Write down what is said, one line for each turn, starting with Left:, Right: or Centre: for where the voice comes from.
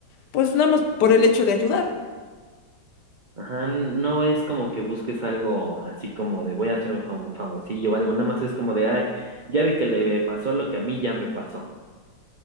Left: Pues nada más por el hecho de ayudar.
Right: Ajá, no es como que busques algo así como de voy a hacerme famo- famosillo o algo, nada más es como de, ay, ya vi que le pasó lo que a mí ya me pasó.